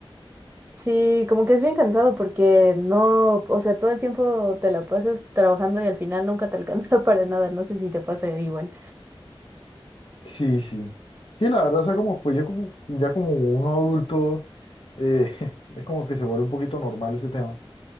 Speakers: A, on the right; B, on the left.
A: Sí, como que es bien cansado porque no, o sea, todo el tiempo te la pasas trabajando y al final nunca te alcanza <laughs> para nada. No sé si te pasa igual.
B: Sí, sí. Sí, la verdad, o sea, como pues yo como, ya como uno adulto, eh, <laughs> es como que se vuelve un poquito normal ese tema,